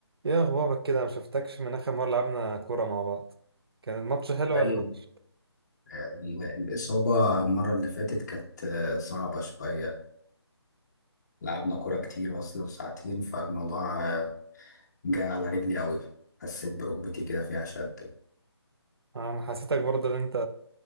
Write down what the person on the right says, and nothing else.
ايه اخبارك كده ما شفتكش من اخر مره لعبنا كوره مع بعض كان الماتش حلو
ولا ماتش
انا حسيتك برضه ان انت